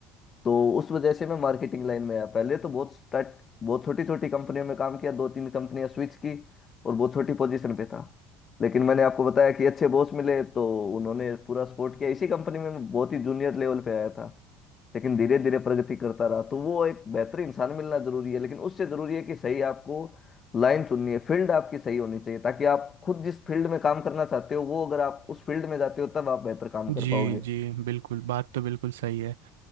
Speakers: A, on the left (about 35°); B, on the right (about 80°).
A: तो उस वजह से मैं मार्केटिंग लाइन में आया पहले तो बहुत स्टार्ट बहुत छोटी छोटी कंपनियों में काम किया दो तीन कंपनियां स्विच की और बहुत छोटी पोजीशन पे था लेकिन मैंने आपको बताया कि अच्छे बॉस मिले तो उन्होंने पूरा सपोर्ट किया इसी कंपनी में मैं बहुत ही जूनियर लेवल पे आया था लेकिन धीरे धीरे प्रगति करता रहा तो वो एक बेहतर इंसान मिलना जरूरी है लेकिन उससे जरूरी है कि सही आपको लाइन चुननी है फील्ड आपकी सही होनी चाहिए ताकि आप खुद जिस फील्ड में काम करना चाहते हो वो अगर आप उस फील्ड में जाते हो तब आप बेहतर काम
B: जी
A: कर पाओगे
B: जी बिल्कुल बात तो बिल्कुल सही है